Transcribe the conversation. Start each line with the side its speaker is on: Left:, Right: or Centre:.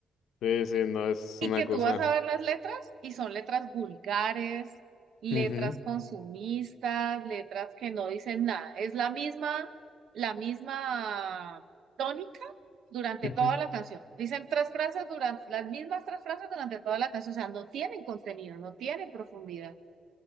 Left: sí, sí, no, es
Right: Y
Left: una
Right: que
Left: cosa.
Right: tú vas a ver las letras y son letras vulgares, letras
Left: Ujú,
Right: consumistas, letras que no dicen nada. Es la misma, la misma tónica durante
Left: ujú.
Right: toda la canción. Dicen tres frases durante, las mismas tres frases durante toda la canción. O sea, no tienen contenido, no tienen profundidad.